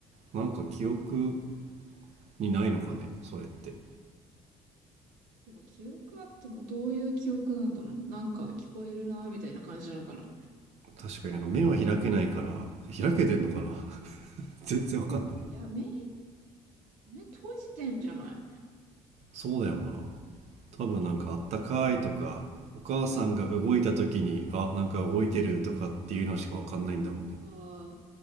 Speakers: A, on the right; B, on the right.
A: なんか記憶にないのかねそれって
B: でも記憶あってもどういう記憶なんだろうね。なんか聞こえるな、みたいな感じなのかな。い
A: 確かになんか目は開けないから開けてんのかな <laughs> 全然わかんない
B: や、目、目閉じてんじゃない
A: そうだよな多分なんかあったかいとかお母さんが動いた時にあなんか動いてるとかっていうのしかわかんないんだろうね
B: ああ